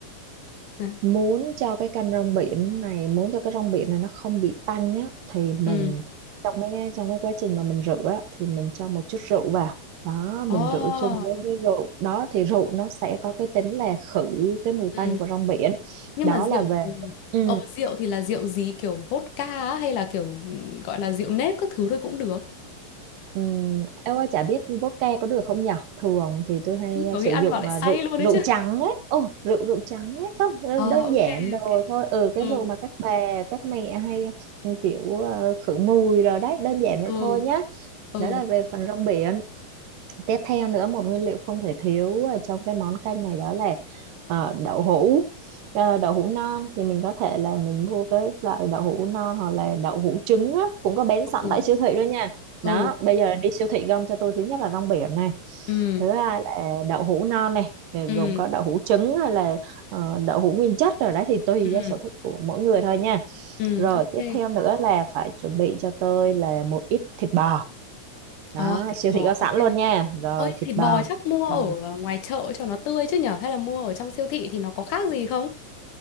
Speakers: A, on the left; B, on the right.
A: Nè,
B: muốn cho cái kênh rong biển này muốn cho cái rong biển này nó không bị tanh nhá thì mình
A: Ừ.
B: trong cái trong cái quá trình mà mình rửa á, thì mình cho một chút rượu vào đó
A: Ồ,
B: mình rửa chung với cái rượu đó thì rượu nó sẽ có cái tính là khử cái mùi
A: ừ.
B: tanh của rong biển
A: Nhưng
B: đó
A: mà rượu
B: là về
A: ừ.
B: ừ,
A: Ờ rượu thì là rượu gì kiểu vodka á, hay là kiểu ừ, gọi là rượu nếp các thứ thôi cũng được.
B: Ừm, em ơi chả biết vodka có được không nhở? Thường thì tôi hay
A: Ừ,
B: ờ,
A: Có
B: sử
A: khi ăn
B: dụng
A: vào lại
B: ờ,
A: say
B: rượu
A: luôn đấy
B: rượu
A: chứ.
B: trắng ấy. Ồ, rượu rượu trắng ấy không ờ,
A: Ờ
B: đơn
A: ok
B: giản đồ
A: ok.
B: thôi. Ừ cái
A: Ừ.
B: rượu mà các bà các mẹ hay kiểu ờ, khử mùi rồi đấy, đơn giản vậy
A: ừ
B: thôi nhá.
A: ừ
B: Đó là về phần rong biển. Tiếp theo nữa một nguyên liệu không thể thiếu ở trong cái món canh này đó là ờ, đậu hũ Ờ, đậu hũ non thì mình có thể là mình mua cái loại đậu hũ non hoặc là đậu hũ trứng á, cũng có bán sẵn
A: ừ
B: tại siêu thị đó nha đó
A: ừ
B: bây giờ đi siêu thị gom cho tôi thứ nhất là rong biển này
A: ừ
B: thứ hai là đậu hũ non này ờ, gồm
A: ừ
B: có đậu hũ trứng hay là ờ, đậu hũ nguyên chất rồi đấy thì tùy
A: ừ
B: do sở thích của mỗi người thôi nha
A: ừ
B: rồi
A: ok
B: tiếp theo nữa là phải chuẩn bị cho tôi là một ít thịt bò đó
A: ờ thịt
B: siêu
A: bò
B: thị có sẵn
A: ok
B: luôn nha rồi
A: ơi
B: thịt
A: thịt
B: bò
A: bò chắc mua
B: thì
A: ở ờ, ngoài chợ cho nó tươi chứ nhở hay là mua ở trong siêu thị thì nó có khác gì không